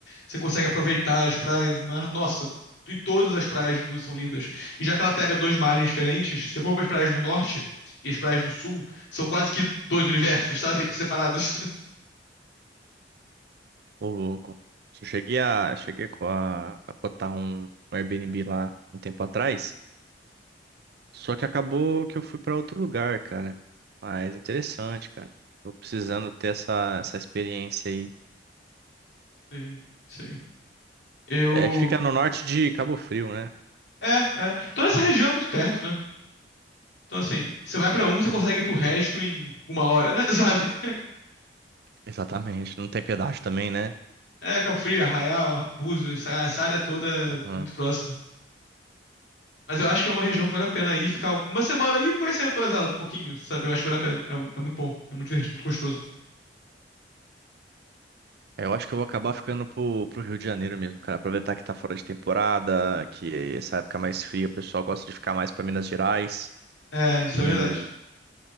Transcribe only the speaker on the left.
você consegue aproveitar as praias, o mar. Nossa, e todas as praias de Búzios são lindas. E já que ela pega dois mares diferentes, se você for para as praias do norte e as praias do sul, são quase que dois universos, sabe? <laughs> Separados.
Sim, sim. Eu.
É, é. Toda essa região é muito perto, né? Então, assim, você vai pra um, você consegue ir pro resto em uma hora, <laughs> sabe?
É, Cabo Frio, Arraial, Búzios, essa essa área toda
muito próxima. Mas eu acho que é uma região que vale a pena ir, ficar uma semana aí e conhecer todas elas um pouquinho, sabe? Eu acho que vale a pena. É, é muito bom, é muito divertido, muito gostoso.
É, isso
é verdade.